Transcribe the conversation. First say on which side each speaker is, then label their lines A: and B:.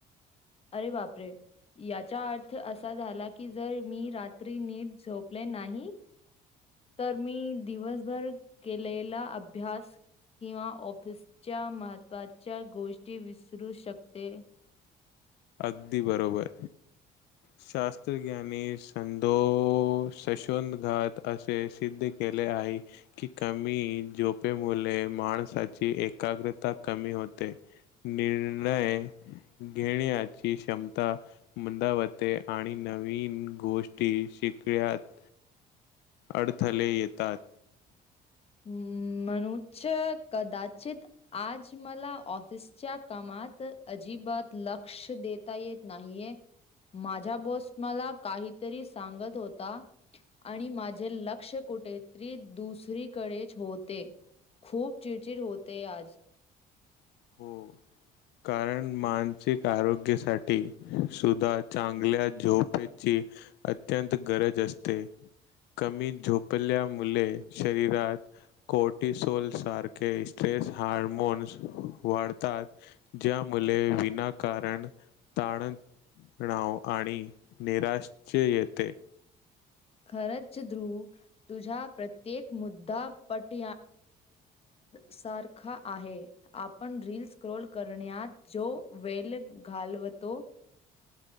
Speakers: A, on the left (about 35°); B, on the left (about 85°).
A: अरे बापरे. याचा अर्थ असा झाला की जर मी रात्री नीट झोपले नाही. तर मी दिवसभर केलेला अभ्यास. किंवा ऑफिसच्या महत्त्वाच्या गोष्टी विसरू शकते.
B: अगदी बरोबर. शास्त्रज्ञानी सधो शशवत घात असे सिद्ध के केले आहे की कमी झोपे मुले माणसाची एकाग्रता कमी हो. होते निर्णय घेण्याया ची क्षमता मंदावते आणि नवीन गोष्टी शिकण्यात अडथले येतात.
A: हम्म. म्हणु कदाचित आज मला ऑफिसच्या कामात अजिब बाात लक्ष देता येत नाहीय. माझ्या बॉस मला काहीतरी सांगत होता. आणि माझे लक्ष कुठेतरी दुसरी. कडेच होते खूप चिडचिड होते आज
B: हो. कारण मानसिक आरोग्यासाठी सुद्धा चांगल्या झोपे ची अत्यंत गरज असते. कमी झोपल्यामुळे शरीरात कोटिसोल सारखे तेस हारमोन्स वाढतात ज्या मुले विनाकारण ताण नाव आणि निराश येते.
A: खरंच ध्रुव तुझ्या प्रत्येक मुद्दा पट सारखा आहे आपण ड्रील स्क्रॉोल करण्यात जो वेल घाात. अलवतो.
B: ह <inaudible>